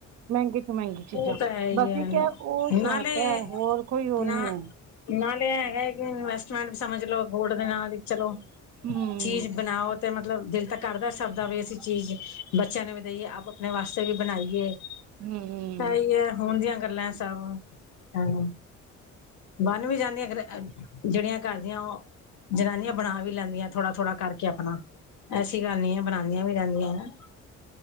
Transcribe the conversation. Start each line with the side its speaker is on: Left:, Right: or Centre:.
Right: ਮੈਂਗੀ ਤੋਂ ਮੈਂਗੀ ਚੀਜ਼ਾਂ
Left: ਉਹ ਤਾਂ ਹੈ ਹੀ
Right: ਬਸ
Left: ਹੈ
Right: ਇੱਕ ਐ ਓ ਸ਼ੌਕ
Left: ਨਾਲੇ
Right: ਐ ਹੋਰ ਕੋਈ ਓ
Left: ਨਾ
Right: ਨੀ ਐ।
Left: ਨਾਲੇ ਐ ਹੈਗਾ ਕਿ ਇਨਵੈਸਟਮੈਂਟ ਵੀ ਸਮਝ ਲੋੋ ਗੋਲਡ ਦੇ ਨਾਲ ਈ ਚਲੋ।
Right: ਹੂੰ
Left: ਚੀਜ਼ ਬਨਾਓ ਤੇ ਮਤਲਬ ਦਿਲ ਤੱਕ ਕਰਦਾ ਸਬਦਾ ਵੀ ਅਸੀਂ ਚੀਜ਼ ਬੱਚਿਆਂ ਨੂੰ ਵੀ ਦੇਈਏ ਆਪ ਆਪਨੇ ਵਾਸਤੇ ਵੀ ਬਣਾਈਏ
Right: ਹੂੰ
Left: ਸਈ ਐ ਹੁਣ ਦੀਆਂ ਗੱਲਾਂ ਐ ਸਭ ਐਹੋ। ਬੰਨ ਵੀ ਜਾਂਦੀਆਂ ਖਰੇ ਅ ਜੇੜੀਆਂ ਕਰ ਦੀਆਂ ਓ ਜਨਾਨੀਆਂ ਬਣਾ ਵੀ ਲੈਂਦੀਆਂ ਥੋੜਾ-ਥੋੜਾ ਕਾਰਕੇ ਅਪਣਾ। ਝੂਠੀ ਗੱਲ ਨੀ ਐ ਬਣਾਦੀਆਂ ਵੀ ਰੈੰਦੀਆਂ ਨੇ,